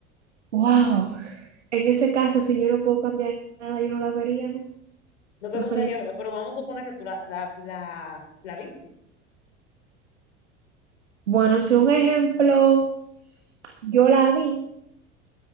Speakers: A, on the right; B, on the left.
A: Wow. En ese caso, si yo no puedo cambiar nada, yo no la vería, ¿no?
B: No te
A: preferir.
B: gustaría verla, pero vamos a suponer que tú la, la, la, la viste.
A: Bueno, si un ejemplo, yo la vi